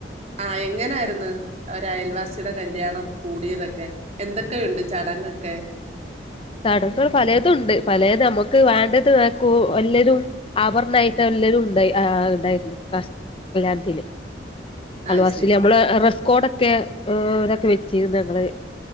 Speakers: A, on the right; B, on the left.
A: ആ എങ്ങനായിരുന്നു അവര് അയൽവാസിയുടെ കല്യാണം കൂടിയതൊക്കെ എന്തൊക്കെയുണ്ട് ചടങ്ങൊക്കെ
B: ചടങ്ങൾ പലതും ഉണ്ട് പലത് നമുക്ക് വേണ്ടത്ക്ക എല്ലരും ആഭരണമായിട്ട് എല്ലരും ഉണ്ടായി ഉണ്ടായിരുന്നു കാ കല്യാത്തിൽ <unintelligible> അലവാസിൽ
A: ആഹ് ശരി
B: നമ്മള്റ കോടൊക്കെ് ഇതൊക്കെ വെ <unintelligible> ചെയീ ങ്ങള്